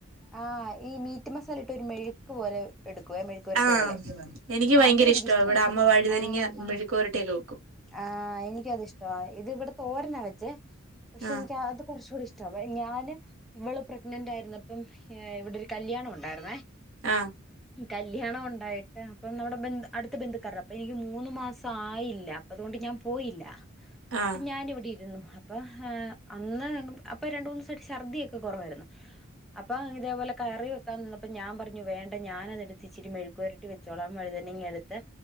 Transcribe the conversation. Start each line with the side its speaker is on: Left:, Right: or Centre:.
Centre: ആഹ് ഈ മീറ്റ് മസാലയിട്ട് ഒരു മെഴുക്ക് പോലെ എടുക്കുവ മെ പുരട്ടി
Right: ആ
Centre: പോലെ
Right: എനിക്ക് ഭയങ്കര
Centre: അതെനിക്കിഷ്ട
Right: ഇഷ്ട ഇവിടെ അമ്മ വഴുതനങ്ങ
Centre: ആഹ്
Right: മെഴുക്കുവരട്ടിയൊക്കെ വെക്കും
Centre: ആഹ് എനിക്കത് ഇഷ്ടവാ ഇത് ഇവിടെ തോരനാ വെച്ചേ പക്ഷെ
Right: ആഹ്
Centre: എനിക്ക് അത് കുറച് കൂടി ഇഷ്ട വെ ഞാാന് ഇവള് പ്രഗ്നന്റ് ആയിരുന്നപ്പം ഇവിടെ ഒരു കല്യാണം ഉണ്ടായിരുന്നേ
Right: ആഹ്
Centre: കല്യാണം ഉണ്ടായിട്ട് അപ്പൊ നമ്മുടെ ബന് അടുത്ത ബന്ധുക്കർ അപ്പൊ എനിക്ക് മൂന്ന് മാസം ആയില്ല അതുകൊണ്ട് ഞാൻ പോയില്ല
Right: ആഹ്
Centre: പ്പം ഞാന് ഇവിടെ ഇരുന്നു അപ്പൊ ആഹ് അന്ന് അപ്പൊ രണ്ട് മൂന്ന്സ ഒര് ഛർദിയൊക്കെ കുറവായിരുന്നു അപ്പൊ ഇതേപോലെ കറി വെക്കാൻ നിന്നപ്പോ ഞാൻ പർഞ്ഞു വേണ്ടഞാനത് എടുത്തിച്ചിരി മെഴ പൊര്ട്ടി വെച്ചോളാം വഴുതന്നെ ഇങ്ങെടുത്ത്